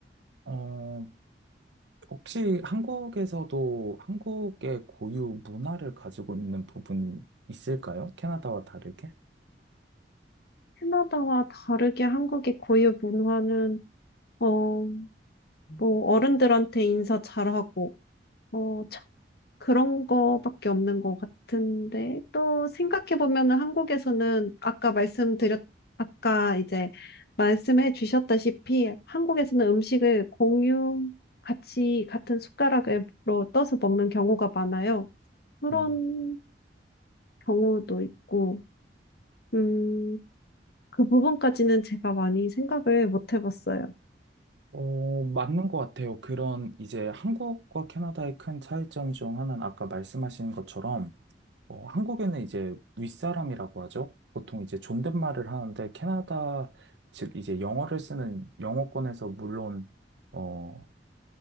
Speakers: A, on the right; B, on the left.
A: 어, 혹시 한국에서도 한국의 고유 문화를 가지고 있는 부분이 있을까요? 캐나다와 다르게?
B: 캐나다와 다르게 한국의 고유 문화는 어, 뭐 어른들한테 인사 잘하고 어, 그런 거밖에 없는 것 같은데 또 생각해 보면은 한국에서는 아까 말씀드렸 아까 이제 말씀해 주셨다시피 한국에서는 음식을 공유 같이 같은 숟가락으로 떠서 먹는 경우가 많아요. 그런
A: 음.
B: 경우도 있고 음, 그 부분까지는 제가 많이 생각을 못 해봤어요.
A: 어, 맞는 것 같아요. 그런 이제 한국과 캐나다의 큰 차이점 중 하나는 아까 말씀하신 것처럼 어, 한국에는 이제 윗사람이라고 하죠. 보통 이제 존댓말을 하는데 캐나다 즉 이제 영어를 쓰는 영어권에서 물론 어,